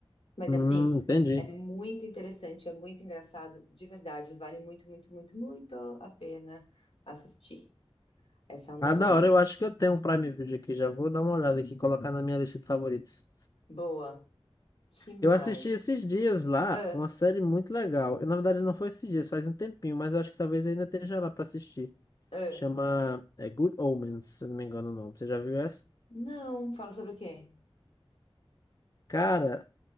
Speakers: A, on the left (about 80°); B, on the left (about 40°).
A: Mas
B: Hum,
A: assim,
B: entendi.
A: é muito interessante, é muito engraçado, de verdade, vale muito, muito, muito, muito a pena assistir. Essa é uma
B: Ah,
A: boa.
B: da hora, eu acho que eu tenho um Prime Video aqui, já vou dar uma olhada aqui, colocar na minha lista de favoritos.
A: Boa. Que mais?
B: Eu assisti esses dias lá
A: Ah,
B: uma série muito legal. Eu, na verdade, não foi esses dias, faz um tempinho, mas eu acho que talvez ainda esteja lá pra assistir.
A: ah.
B: Chama, é, Good Omens, se eu não me engano o nome. Você já viu essa?
A: Não, fala sobre o quê?
B: Cara,